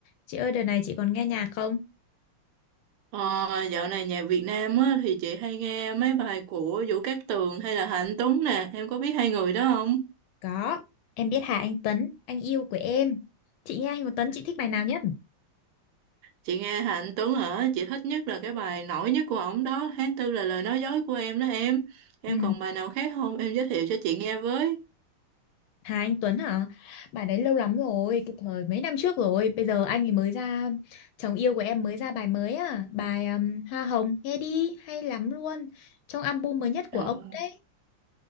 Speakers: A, on the left; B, on the right.
A: Chị ơi, đợt này chị còn nghe nhạc không?
B: Ờ, dạo này nhạc Việt Nam á, thì chị hay nghe mấy bài của Vũ Cát Tường hay là Hà Anh Tuấn nè, em có biết hai người đó không?
A: Có, em biết Hà Anh Tuấn, anh yêu của em. Chị nghe Hà Anh Tuấn, chị thích bài nào nhất?
B: Chị nghe Hà Anh Tuấn hả? Chị thích nhất là cái bài nổi nhất của ổng đó, Tháng Tư là lời nói dối của em đó em. Em
A: Ừ.
B: còn bài nào khác không? Em giới thiệu cho chị nghe với.
A: Hà Anh Tuấn hả? Bài đấy lâu lắm rồi, cái thời mấy năm trước rồi. Bây giờ anh ấy mới ra, chồng yêu của em mới ra bài mới à. Bài um, Hoa Hồng, nghe đi, hay lắm luôn. Trong album mới nhất của
B: Rồi.
A: ông đấy.